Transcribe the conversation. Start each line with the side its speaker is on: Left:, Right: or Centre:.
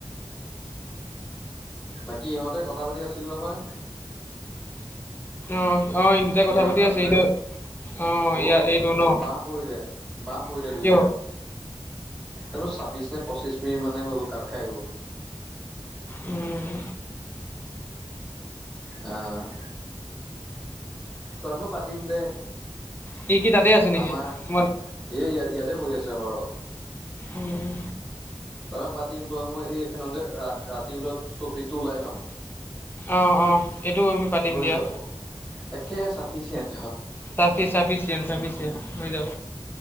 Centre: বাকী ইহঁতে কথা পাতি আছিল নহয়
Left: অ অ ইহতে কথা
Centre: ই আৰু
Left: পাতি
Centre: কাজু
Left: আছে এইটো
Centre: দাই
Left: অ',
Centre: গ'ল
Left: ইয়া ন?
Centre: বাঁহ পৰিলে বাঁহ পৰিলে দুইটাৰ
Left: কিয়?
Centre: এই ছাব্বিশ নে পঁচিশ মিনিট মানে হ'ল কাপ খাই গ'ল।
Left: উম,
Centre: অ ত‌ই মই পতিম দে
Left: কি কি তাতেই আছে নেকি
Centre: আমাৰ
Left: তোমাৰ
Centre: এই ইয়াতে বহি আছে সৰহ
Left: উম,
Centre: তই মই পাতিম তই মই এই এখনতে ৰাতি লোৱা টপিকটো ওলাই ল'ম
Left: অ অ এইটো আমি পাতিম
Centre: হৈ
Left: দিয়া
Centre: যাব একে চাফিচিয়েণ্ট
Left: ফিফিয়ফিয় হৈ যাব